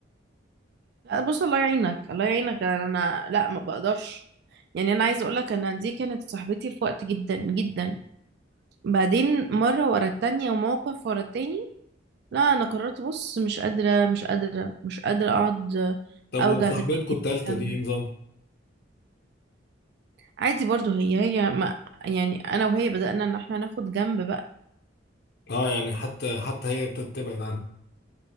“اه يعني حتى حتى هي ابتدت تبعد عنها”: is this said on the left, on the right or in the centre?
Left